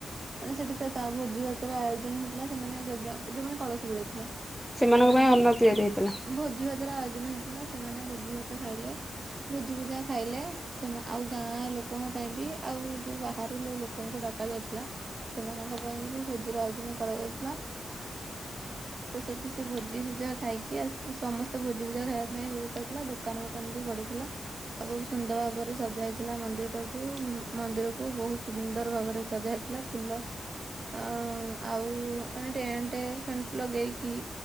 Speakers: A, on the right; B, in the centre.
A: ମାନେ ସେଠି ତ ତା ଭୋଜି ଭାତର ଆୟୋଜନ ହେଇଥିଲା ସେମାନେ ଯଜ୍ଞ ଯୋଉମାନେ କଳସ ବୁଡେଇଥିଲେ।
B: ସେମାନଙ୍କ
A: ସେମାନେ
B: ପାଇଁ
A: ଭୋ
B: ଅନ୍ନ ତିଆରି ହେଇଥିଲା।
A: ଭୋଜି ଭାତ ର ଆୟୋଜନ ହେଇଥିଲା। ସେମାନେ ଭୋଜି ଭାତ ଖାଇଲେ। ଭୋଜି ଭୁଜା ଖାଇଲେ। ସେମା ଆଉ ଗାଁ ଲୋକଙ୍କ ପାଇଁ ବି ଆଉ ଯୋଉ ବାହାରୁ ଲୋକଙ୍କୁ ଡକା ଯାଇଥିଲା ସେମାନଙ୍କ ପାଇଁକି ବି ଭୋଜିର ଆୟୋଜନ କରାଯାଇଥିଲା। ତ ସେଠି ସେ ଭୋଜି ଭୁଜା ଖାଇକି ଆ ସମସ୍ତେ ଭୋଜି ଭୁଜା ଖାଇବାକୁ ପାଇଁ ବ୍ୟବସ୍ଥା ଥିଲା। ଦୋକାନ ଫୋକାନ ବି ପଡିଥିଲା। ଆଉ ସୁନ୍ଦର ଭାବରେ ସଜା ହେଇଥିଲା ମନ୍ଦିରକୁ। ମନ୍ଦିର କୁ ବହୁତ ସୁନ୍ଦର ଭାବରେ ସଜା ହେଇଥିଲା। ଫୁଲ ଅ ଆଉ ମାନେ ଟେଣ୍ଟ ଫେଣ୍ଟ ଲଗେଇକି